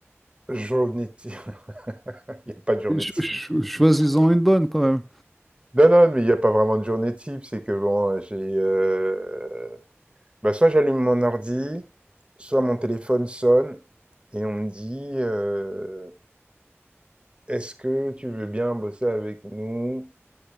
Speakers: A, on the right; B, in the centre.
A: Journée type. <laughs> Il n'y a pas de journée
B: Ch-
A: type.
B: ch- Choisis-en une bonne quand même.
A: Non, non, mais il n'y a pas vraiment de journée type. C'est que bon, j'ai. euh, bah, soit j'allume mon ordi, soit mon téléphone sonne et on me dit euh, est-ce que tu veux bien bosser avec nous